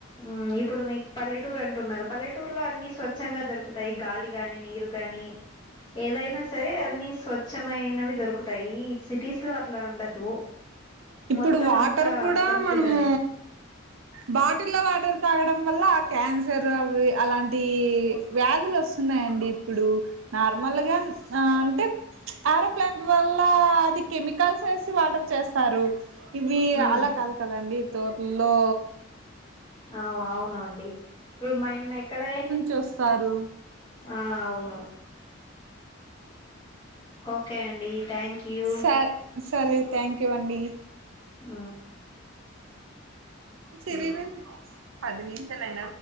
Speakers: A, on the left (about 25°); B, on the right (about 80°).
A: ఉమ్ ఇప్పుడు మీక్ పల్లెటూరు అంటున్నారు పల్లెటూరు లో అన్ని స్వచ్ఛంగా దొరుకుతాయి గాలి గాని నీరు గానీ ఏదైనా సరే అన్ని స్వచ్ఛమైనవి దొరుకుతాయి ఈ సిటీస్ లో అట్లా ఉండదు
B: ఇప్పుడు
A: మొత్తం
B: వాటర్
A: అంతా
B: కూడా
A: కలుషితమే
B: మనము బాటిల్లో వాటర్ తాగడం వల్ల క్యాన్సర్ అవి అలాంటి వ్యాధులు వస్తున్నాయండి ఇప్పుడు నార్మల్గా ఆ అంటే ఆరో ప్లాంట్ వల్ల అది కెమికల్స్ వేసి వాటర్ చేస్తారు ఇవి
A: ఉమ్
B: అలా కాదు కదండి తోటల్లో
A: ఆవు ఆవునమండి <unintelligible> ఎక్కడే
B: చూస్తారు
A: ఆ అవును ఓకే అండి థ్యాంక్ యూ
B: సర్ సరే థ్యాంక్ యూ అండి
A: ఊ
B: సిరివె పది నిమిషాలైన